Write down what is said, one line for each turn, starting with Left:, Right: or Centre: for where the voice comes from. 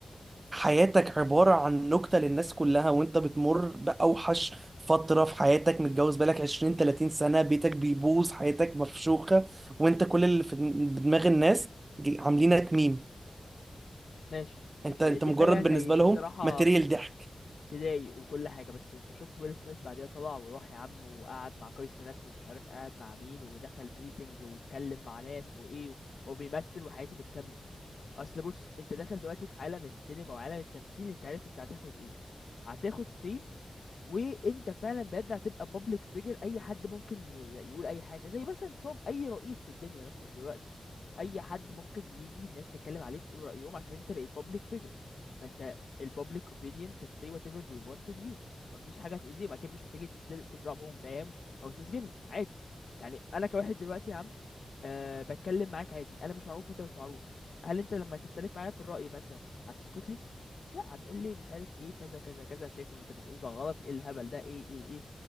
Right: حياتك عبارة عن نكتة للناس كلها وانت بتمر بأوحش فترة في حياتك متجوز بقالك 20 30 سنة بيتك بيبوظ حياتك مفشوخة وانت كل اللي في دماغ الناس ج- عاملينك ميم
Left: ماشي ماشي
Right: انت انت
Left: دي
Right: مجرد
Left: حاجه زي
Right: بالنسبة
Left: دي
Right: لهم
Left: الصراحه
Right: ماتيريال ضحك
Left: تضايق وكل حاجة بس انت شفت ويل سميث بعديها طلع وراح يا عم وقعد مع كاي سينات ومش عارف قعد مع مين ودخل ميتينجز واتكلم مع ناس وايه و- وبيمثل وحياته بتكمل اصل بص انت داخل دلوقتي في عالم السينما وعالم التمثيل انت عارف انت هتاخد ايه هتاخد فيم وانت فعلا بجد هتبقى بابليك فيجر اي حد ممكن ي- يقول اي حاجه زي مثلا ترامب اي رئيس في الدنيا مثلا دلوقتي اي حد ممكن يجي الناس تتكلم عليه تقول رايهم عشان انت بقيت بابليك فيجر فانت البابليك opinion can say whatever they want on you مفيش حاجه هتاذيهم اكيد مش هتيجي تدل- تضربهم فاهم او تسجنهم عادي يعني انا كواحد دلوقتي يا عم أه بتكلم معاك عادي انا مش معروف وانت مش معروف هل انت لما تختلف معايا في الراي مثلا هتسكت لي لا هتقول لي مش عارف ايه كذا كذا كذا شايف ان اللي انت بتقوله ده غلط ايه الهبل ده ايه ايه ايه